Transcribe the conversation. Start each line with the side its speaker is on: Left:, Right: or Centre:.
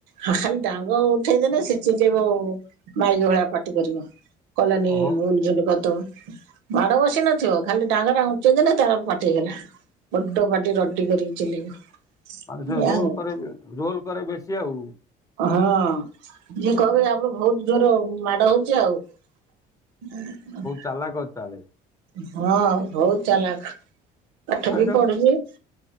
Right: ହଁ ଖାଲି ଡାଙ୍ଗ ଉଠେଇଦେଲେ ସେ ଚିଲେଇ ବ ମାଇକି ଭଳିଆ ପାଟି। ପାଟି କରିବ କଲାନି
Left: ଓହୋ
Right: ଉଲଝୁଲ କରିଦବ। ମାଡ ବସି ନଥିବ ଖାଲି ଡାଳ ଟା ଉଞ୍ଚେଇ ଦେଲେ ତାର ପାଟିହେଲା। ବଡ଼ ପାଟି ରଡି କରିକି ଚିଲେଇବ।
Left: ତା ହେଲେ ସେ
Right: ଏଇଆ
Left: ରୋଲ
Right: ଆଉ
Left: କରେ ରୋଲ କରେ ବେଶୀ ଆଉ।
Right: ହଁ। ଯିଏ କହିବ ୟା ଉପରେ ବହୁତ ଜୋର ମାଡ ହୋଉଚି ଆଉ ଉଁ
Left: ଚାଲାଖ ଅଛି ଚାହେଲେ।
Right: ହଁ ବୋହୁତ ଚାଲାଖ ପାଠ
Left: ଆଚ୍ଛା
Right: ବି ପଢ଼ୁଚି।